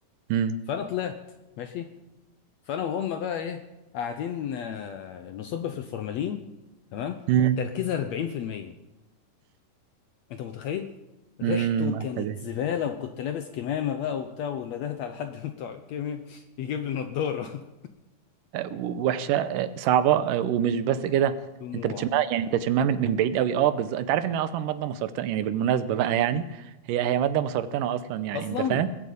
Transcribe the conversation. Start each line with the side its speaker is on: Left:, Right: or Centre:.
Right: مم.
Left: فانا طلعت ماشي فانا وهم بقى ايه قاعدين آه، نصب في الفورمالين تمام
Right: مم.
Left: تركيزه 40% انت متخيل ريحته
Right: مم.
Left: كانت
Right: وحشة دي
Left: زباله وكنت لابس كمامه بقى وبتاع وندهت على حد من بتوع الكيمياء يجيب لي نضاره
Right: آه، وحشة آه، صعبة آه، ومش بس كده
Left: <laughs> دموع
Right: انت بتشمها يعني انت بتشمها من, من بعيد قوي اه بالظبط انت عارف انها اصلا مادة مسرطنة يعني بالمناسبة بقى يعني هي هي مادة مسرطنة اصلا يعني
Left: اصلا
Right: انت فاهم